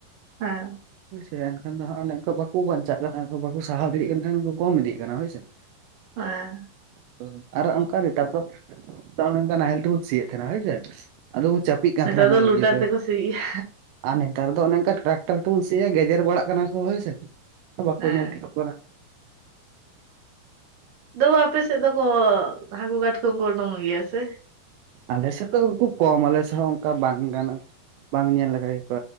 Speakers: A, on the right; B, on the right.
A: ᱦᱮᱸ᱾
B: ᱵᱩᱡ ᱠᱮᱫᱟ ᱮᱱᱠᱷᱟᱱ ᱫᱚ ᱦᱟᱜ ᱚᱱᱮ ᱚᱱᱠᱟ ᱵᱟᱠᱚ ᱵᱟᱧᱪᱟᱜ ᱠᱟᱱᱟ ᱵᱟᱠᱚ ᱥᱟᱦᱟᱣ ᱫᱟᱲᱮᱭᱟᱜ ᱠᱟᱱ ᱠᱷᱟᱱ ᱠᱚᱢ ᱤᱫᱤᱜ ᱠᱟᱱᱟ ᱦᱳᱭᱥᱮ᱾ <inaudible>
A: <inaudible>
B: <inaudible> ᱟᱨᱚ ᱚᱱᱠᱟ ᱨᱤᱛᱟᱨ ᱠᱚ ᱯᱞᱚᱢᱵᱞᱮᱢ ᱛᱟᱣ ᱱᱚᱝᱠᱟ ᱱᱟᱦᱮᱞ ᱛᱮᱵᱚᱱ ᱥᱤᱭᱮᱫ ᱛᱟᱸᱱᱟᱮ ᱦᱳᱭᱥᱮ ᱟᱫᱚ ᱪᱟ ᱯᱤᱜ ᱠᱟᱱ
A: ᱱᱮᱛᱟᱨ
B: ᱛᱟᱦᱮᱸᱱᱟ
A: ᱫᱚ
B: ᱢᱚᱸᱡᱽ
A: ᱞᱩᱴᱟᱨ
B: ᱜᱤ
A: ᱛᱮᱠᱚ ᱥᱤᱭᱮᱜᱼᱟ
B: ᱟᱨ ᱱᱮᱛᱟᱨ ᱫᱚ ᱚᱱᱮ ᱚᱱᱠᱟ ᱴᱨᱟᱠᱴᱟᱨ ᱛᱮᱵᱚᱱ ᱥᱤᱭᱟ ᱜᱮᱡᱮᱨ ᱵᱟᱲᱟᱜ ᱠᱟᱱᱟ ᱠᱚ ᱦᱳᱭᱥᱮ ᱵᱟᱠᱚ
A: ᱦᱮᱸ
B: ᱧᱮᱞ ᱴᱷᱤᱠᱚᱜ ᱠᱟᱱᱟ᱾
A: ᱛᱩᱵᱩ ᱟᱯᱮ ᱥᱮᱫ ᱫᱚᱠᱚ ᱦᱟᱹᱠᱩ ᱠᱟᱴ ᱠᱚ ᱠᱚ ᱩᱰᱩᱠᱚᱜ ᱜᱮᱭᱟ ᱥᱮ?
B: ᱟᱞᱮᱥᱮᱫ ᱫᱚ ᱮᱠᱴᱩ ᱠᱚᱢ ᱟᱞᱮ ᱥᱮᱫ ᱦᱚᱸ ᱚᱱᱠᱟ ᱵᱟᱝ ᱜᱟᱱᱚᱜᱼᱟ᱾ ᱵᱟᱝ ᱧᱮᱞ ᱞᱮᱠᱷᱟ ᱜᱮ ᱠᱚ